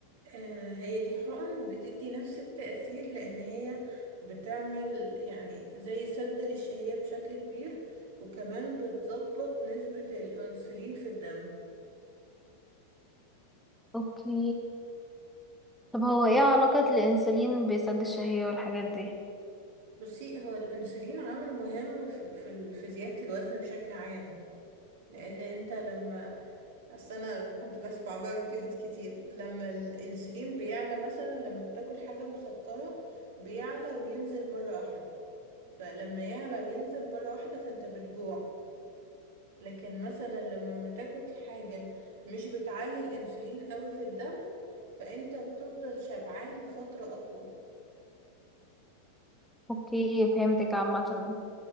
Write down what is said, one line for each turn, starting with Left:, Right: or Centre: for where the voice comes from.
Right: آه هي دي حقن بتدي نفس التأثير لأن هي بتعمل يعني زي سد للشهية بشكل كبير وكمان بتظبط نسبة الأنسولين في الدم
Centre: اوكي طب هو ايه علاقة الانسولين بسد الشهية والحاجات دي
Right: بصي هو الأنسولين عامل مهم في في ال- في زيادة الوزن بشكل عام لأن انت لما بس انا كنت بسمع بقى فيديوهات كتير لما الانسولين بيعلى مثلا لما بتاكل حاجة مسكرة بيعلى وينزل مرة واحدة فلما يعلى وينزل مرة واحدة فانت بتجوع لكن مثلا لما ما تاكل حاجة مش بتعلي الانسولين قوي في الدم فانت بتفضل شبعان لفترة اطول
Centre: اوكي فهمتك عامة